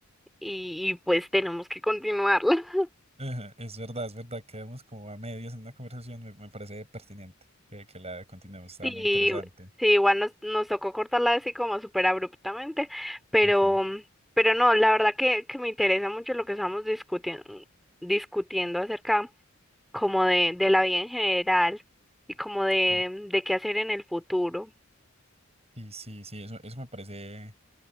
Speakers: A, in the centre; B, on the right.
A: y, y, pues tenemos que continuarla. <laughs>
B: Ajá, Es verdad, es verdad, quedamos como a medias en una conversación, me, me parece pertinente que, que la continuemos, estaba
A: Sí,
B: muy interesante.
A: sí, igual nos, nos tocó cortarla así como súper abruptamente, pero,
B: Ujú.
A: pero no, la verdad que, que me interesa mucho lo que estamos discutiendo, discutiendo acerca. como de, de la vida en general y como de,
B: Sí,
A: de qué hacer en el futuro.
B: sí, sí, sí, eso, eso me parece